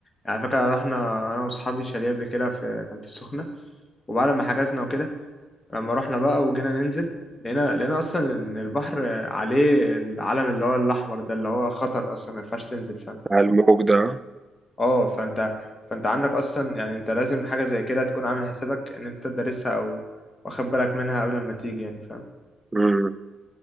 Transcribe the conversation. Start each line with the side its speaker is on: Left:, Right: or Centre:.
Left: يعني على فكره رحنا انا واصحابي شاليه قبل كده في كان في السخنه وبعد ما حجزنا وكده لما رحنا بقى وجينا ننزل لقينا لقينا اصلا ان البحر عليه العلم اللي هو الاحمر ده اللي هو خطر اصلا ما ينفعش تنزل فاهم
Right: على الموج ده
Left: اه فانت فانت عندك اصلا يعني انت لازم حاجه زي كده تكون عامل حسابك ان انت دارسها او واخد بالك منها قبل ما تيجي يعني فاهم
Right: امم